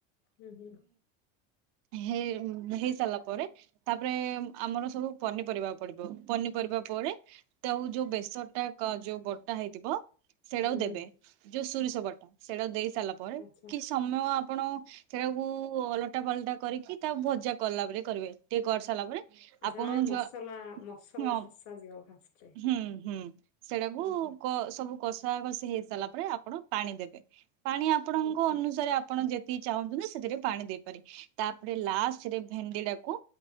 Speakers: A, on the left; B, on the right.
A: ହୁଁ ହୁଁ।
B: ହେ ଉଁ ହେଇ ସାରିଲା ପରେ ତାପରେ ହୁଁ ଆମର ସବୁ ପନିପରିବା ପଡିବ ପନିପରିବା ପରେ ତାକୁ ଯୋଉ ବେସରଟା କ ଯୋଉ ବଟା ହେଇଥିବ ସେଇଟାକୁ
A: ହୁଁ ହୁଁ।
B: ଦେବେ ଯୋଉ ସୁରିଷ ବଟା ସେଇଟାକୁ ଦେଇ ସାରିଲା ପରେ
A: ଆଚ୍ଛା
B: କିଛି ସମୟ ଆପଣ ସେଟାକୁ ଓଲଟା ପାଲଟା କରିକି ତାକୁ ଭଜା କଲା ପରି କରିବେ ଟିକେ କରିସାରିଲା ପରେ
A: ଆଚ୍ଛା
B: ଆପଣଙ୍କୁ
A: ମାନେ ମସଲା
B: ଝୁଅ
A: ମସଲା
B: ହୁଁ
A: କଷା ଯିବ ଫାଷ୍ଟରେ।
B: <unintelligible> ହୁଁ ହୁଁ। ସେଇଟାକୁ
A: ହୁଁ ହୁଁ
B: କ ସବୁ କସ୍ ଥା କଷି ହେଇସାରିଲା ପରେ ଆପଣ ପାଣି ଦେବେ ପାଣି ଆପଣଙ୍କ
A: ଆଚ୍ଛା
B: ଅନୁସାରେ ଆ ପଣ ଯେତିକି ଚାହୁଁଛନ୍ତି ସେଥିରେ ପାଣି ଦେଇପାରି ତାପରେ ଲାଷ୍ଟରେ ଭେଣ୍ଡିଟାକୁ